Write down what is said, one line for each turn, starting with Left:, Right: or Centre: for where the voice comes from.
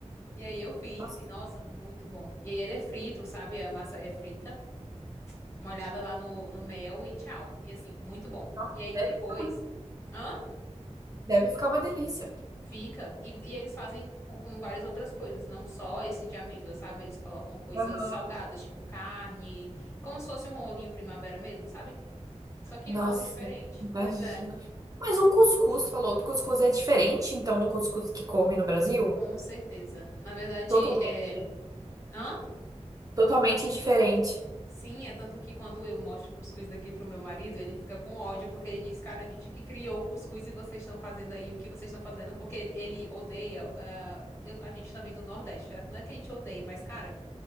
Left: E aí eu fiz,
Right: Nossa,
Left: e nossa, muito bom. E aí ele é frito, sabe? A massa é frita, molhada lá no, no mel e tchau. E assim, muito bom.
Right: nossa,
Left: E aí
Right: deve
Left: depois.
Right: ficar muito.
Left: Hã?
Right: Deve ficar uma delícia.
Left: Fica. E, e eles fazem co- com, várias outras coisas, não só esse de amêndoa, sabe? Eles colocam coisas
Right: Aham.
Left: salgadas, tipo carne, como se fosse um rolinho primavera mesmo, sabe? Só que
Right: Nossa,
Left: um pouco diferente.
Right: imagina.
Left: Pois é,
Right: Mas o cuscuz, falou, do cuscuz é diferente, então, do cuscuz que come no Brasil?
Left: com certeza. Na verdade,
Right: Totalmente.
Left: é. Hã?
Right: Totalmente diferente.
Left: Sim, é tanto que quando eu mostro o cuscuz daqui pro meu marido, ele fica com ódio, porque ele diz, cara, a gente que criou o cuscuz e vocês estão fazendo aí o que vocês estão fazendo, porque ele, ele odeia, ah, eu- a gente também do Nordeste, certo? Não é que a gente odeia, mas, cara.